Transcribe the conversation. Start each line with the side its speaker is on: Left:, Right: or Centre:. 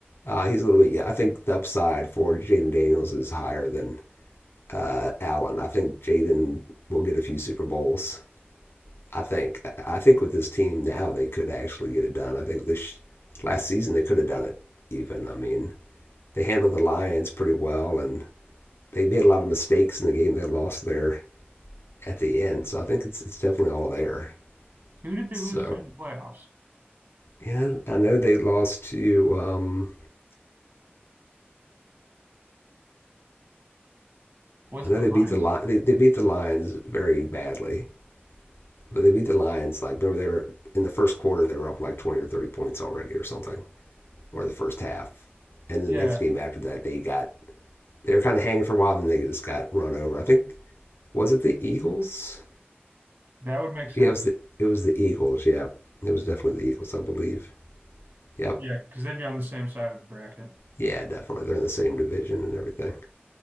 Left: uh, he's a little bit. Yeah, I think the upside for Jaden Daniels is higher than uh, Allen. I think Jaden will get a few Super Bowls I think I think with this team now they could actually get it done. I think this last season they could have done it even. I mean, they handled the Lions pretty well and they made a lot of mistakes in the game they lost there at the end. So I think it's it's definitely all there.
Right: Who did they
Left: So
Right: lose to in the playoffs?
Left: yeah, I know they lost to um,
Right: Was
Left: I
Right: it
Left: know
Right: the
Left: they
Right: Lions?
Left: beat the They, they beat the Lions very badly, but they beat the Lions like remember they were in the first quarter they were up like twenty or thirty points already or something, or the first half. And
Right: Yeah,
Left: the next game after that they got they were kind of hanging for a while. Then they just got run over. I think was it the Eagles?
Right: That would make sense.
Left: Yeah, it was the it was the Eagles. Yeah, it was definitely the Eagles, I believe. Yep.
Right: Yeah, because they'd be on the same side of the bracket.
Left: Yeah, definitely. They're in the same division and everything.